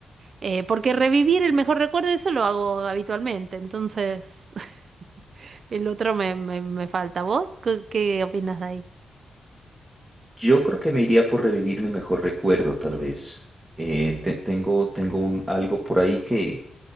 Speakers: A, on the right; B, on the right.
A: Eh, porque revivir el mejor recuerdo, eso lo hago habitualmente. Entonces, <laughs> el otro me, me, me falta. ¿Vos qué, qué opinas de ahí?
B: Yo creo que me iría por revivir mi mejor recuerdo, tal vez. Eh, te- tengo tengo un, algo por ahí que,